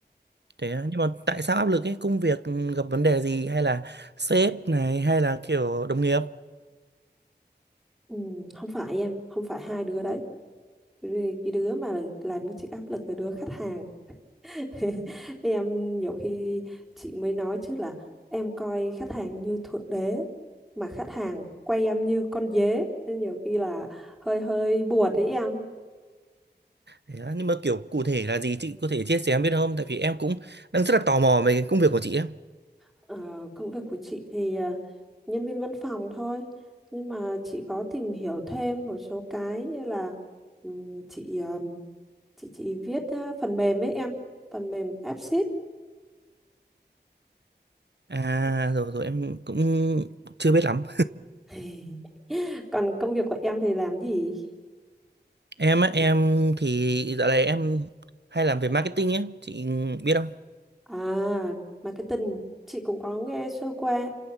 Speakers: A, on the right; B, in the centre.
A: Thế á, nhưng mà tại sao áp lực ấy? Công việc gặp vấn đề gì hay là sếp này hay là kiểu đồng nghiệp?
B: Ừ, không phải em, không phải hai đứa đấy. Vì Cái đứa mà làm cho chị áp lực là đứa khách hàng. <laughs> em nhiều khi chị mới nói chứ là em coi khách hàng như thượng đế mà khách hàng quay em như con dế nên nhiều khi là hơi hơi buồn đấy em
A: Thế á, nhưng mà kiểu cụ thể là gì chị có thể chia sẻ em biết không? Tại vì em cũng đang rất là tò mò về cái công việc của chị ấy.
B: Ờ, công việc của chị thì ờ, nhân viên văn phòng thôi nhưng mà chị có tìm hiểu thêm một số cái như là ừm, chị ờm, chị chị viết ờ, phần mềm ấy em phần mềm Apsys
A: À rồi rồi em cũng chưa biết lắm.
B: <laughs> còn công việc của em thì làm gì
A: Em á, em thì dạo này em hay làm về marketing ấy, chị biết không?
B: à marketing chị cũng có nghe sơ qua